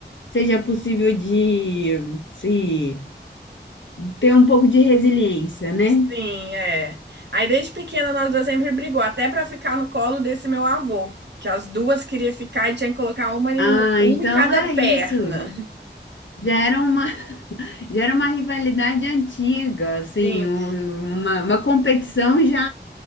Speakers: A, on the left; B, on the right.
A: seja possível de se ter um pouco de resiliência, né?
B: Sim, é. Aí desde pequena nós duas sempre brigou, até pra ficar no colo desse meu avô, que as duas queriam ficar e tinha que colocar uma em,
A: Ah,
B: um, uma
A: então
B: em cada
A: é
B: perna.
A: isso. Já era uma Já era uma rivalidade antiga, assim,
B: Sim,
A: um- uma, uma competição já